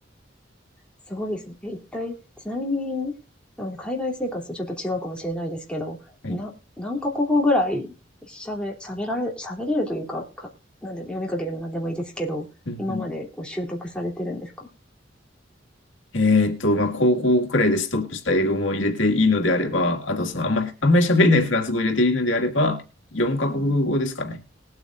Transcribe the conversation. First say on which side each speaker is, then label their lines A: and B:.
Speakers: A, in the centre; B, on the left.
A: すごいですね。え、一体、ちなみに、あの、海外生活とちょっと違うかもしれないですけど、
B: はい。
A: な、何カ国語ぐらい喋、喋られ、喋れるというか、か、なんで、読み書きでも何でもいいですけど、
B: うんうん
A: 今までこう習得されてるんですか
B: えっと、まあ、高校くらいでストップした英語も入れていいのであれば、あと、その、あんまり、あんまり喋れないフランス語を入れていいのであれば、4カ国語ですかね。
A: うん